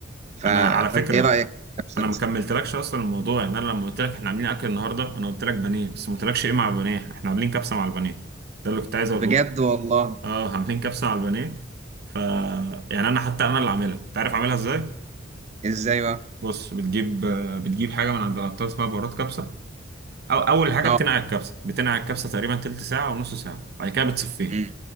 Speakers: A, on the right; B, on the right.
A: ف...
B: أنا على فكرة
A: فانت ايه رايك في الكبسه
B: انا ما
A: مثلا؟
B: كملتلكش اصلا الموضوع يعني انا لما قلت لك احنا عاملين اكل النهارده انا قلت لك بانيه بس ما قلتلكش ايه مع البانيه احنا عاملين كبسه مع البانيه ده اللي كنت عايز اقوله
A: بجد
B: لك
A: والله
B: اه عاملين كبسه مع البانيه ف يعني انا حتى انا اللي عاملها انت عارف اعملها ازاي
A: ازاي بقى؟
B: بص بتجيب آه، بتجيب حاجه من عند العطار اسمها بهارات كبسه او اول حاجه
A: اه
B: بتنقع الكبسه بتنقع الكبسه تقريبا تلت ساعه او نص ساعه بعد كده بتصفيها
A: امم